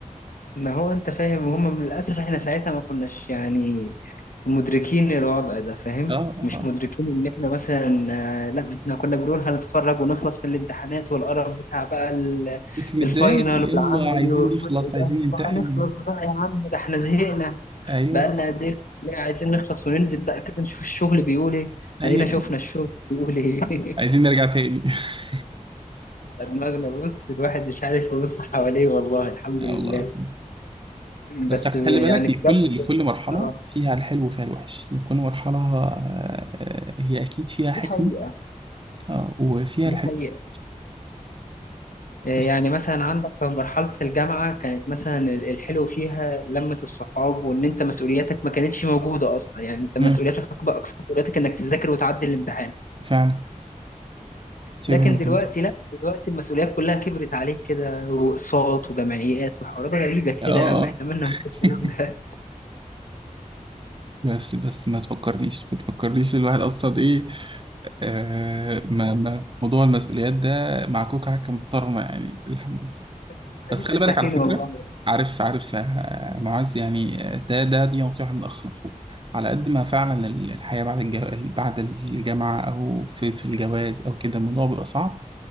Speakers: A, on the left; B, on the right.
A: ما هو انت فاهم هم للاسف احنا ساعتها ما كناش يعني مدركين الوضع ده فاهم
B: اه آه،
A: مش
B: آه.
A: مدركين ان احنا مثلا آه، لا احنا كنا بنقول هنتخرج ونخلص من الامتحانات والقرف بتاع بقى ال-
B: كنت متضايق
A: الفاينل
B: يلا
A: والعمل
B: عايزين
A: والجزء
B: نخلص عايزين
A: ده
B: ننتحل
A: وهنخلص بقى يا عم ده احنا زهقنا
B: ايوه
A: بقالنا قد ايه في الكلية، عايزين نخلص وننزل بقى كده نشوف الشغل بيقول ايه
B: ايوه
A: ادينا شفنا
B: ايوه
A: الشغل بيقول ايه <laughs>
B: عايزين نرجع تاني <laughs>
A: على دماغنا بص الواحد مش عارف يبص حواليه والله الحمد
B: يا
A: لله
B: الله العظيم بس
A: بس
B: خلي
A: يعني
B: بالك لكل
A: بجد
B: لكل مرحله
A: اه
B: فيها الحلو وفيها الوحش لكل مرحله آه، آه، هي اكيد فيها حكمه
A: دي حقيقة
B: آه، وفيها الحلو
A: دي حقيقة
B: وفيها
A: آه، يعني
B: بس
A: مثلا عندك في مرحلة الجامعة كانت مثلا ال- الحلو فيها لمة الصحاب وإن أنت مسؤولياتك ما كانتش موجودة أصلا يعني أنت
B: مم،
A: مسؤولياتك أكبر أقصى مسؤولياتك إنك تذاكر وتعدي الامتحان
B: فعلا شبه
A: لكن
B: ممكن
A: دلوقتي لا دلوقتي المسؤوليات كلها كبرت عليك كده وأقساط وجمعيات وحوارات غريبة كده
B: اه اه
A: يا عم إحنا مالنا
B: <laughs>
A: من الكلام ده
B: بس بس ما تفكرنيش ما تفكرنيش الواحد اصلا ايه آه ما ما موضوع المسؤوليات ده مع كوكا حكه محترمه يعني الحمد لله
A: <laughs> قاعدين
B: بس خلي
A: مرتاحين
B: بالك على فكرة
A: والله
B: عارف عارف آه، معاذ يعني آه، ده ده دي نصيحة من أخ لأخوه على قد ما فعلا ال- الحياة بعد الجو... بعد الجامعة أو في في الجواز أو كده الموضوع بيبقى صعب